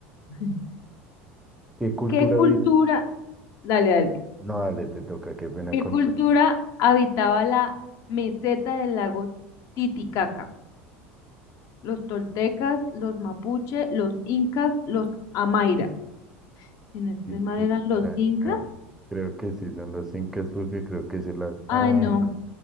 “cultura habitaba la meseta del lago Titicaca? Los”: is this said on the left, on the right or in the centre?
Left